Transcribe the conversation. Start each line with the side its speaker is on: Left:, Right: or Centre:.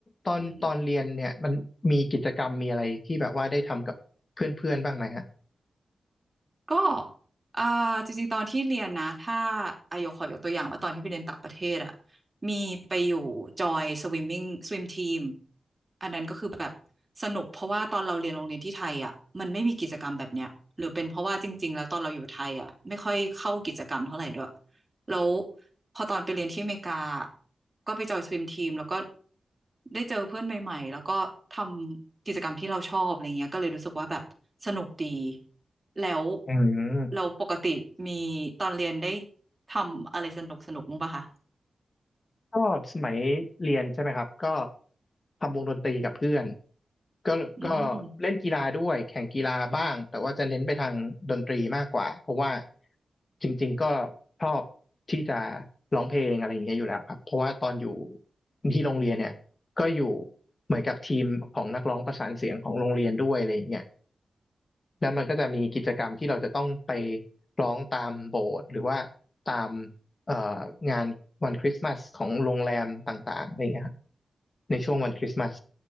Left: ตอนตอนเรียนเนี่ยมันมีกิจกรรมมีอะไรที่แบบว่าได้ทำกับเพื่อนๆบ้างไหมฮะ
Right: อืมก็อ่าจริงๆตอนที่เรียนนะถ้าอายกขอยกตัวอย่างว่าตอนที่ไปเรียนต่างประเทศอ่ะมีไปอยู่จอยสวิมมิ่งสวิมทีมอันนั้นก็คือแบบสนุกเพราะว่าตอนเราเรียนโรงเรียนที่ไทยอ่ะมันไม่มีกิจกรรมแบบเนี้ยหรือเป็นเพราะว่าจริงๆแล้วตอนเราอยู่ไทยอ่ะไม่ค่อยเข้ากิจกรรมเท่าไหร่ด้วย แล้วพอตอนไปเรียนที่อเมริกาก็ไปจอยสวิมทีมแล้วก็ได้เจอเพื่อนใหม่ๆแล้วก็ทำกิจกรรมที่เราชอบอะไรเงี้ยก็เลยรู้สึกว่าแบบสนุกดีแล้ว
Left: อืม
Right: เราปกติมีตอนเรียนได้ทำอะไรสนุกสนุกมั้างปะคะ
Left: ก็สมัยเรียนใช่ไหมครับก็ทำวงดนตรีกับเพื่อนก็ก็เล่นกีฬาด้วยแข่งกีฬาบ้างแต่ว่าจะเน้นไปทางดนตรีมากกว่าเพราะว่า
Right: อืม
Left: จริงๆก็ชอบที่จะร้องเพลงอะไรอย่างเงี้ยอยู่แล้วครับเพราะว่าตอนอยู่ที่โรงเรียนเนี่ยก็อยู่เหมือนกับทีมของนักร้องประสานเสียงของโรงเรียนด้วยอะไรอย่างเงี้ย แล้วมันก็จะมีกิจกรรมที่เราจะต้องไปร้องตามโบสถ์หรือว่าตามเอ่องานวันคริสต์มาสของโรงแรมต่างๆอะไรอย่างเงี้ยครับในช่วงวันคริสต์มาส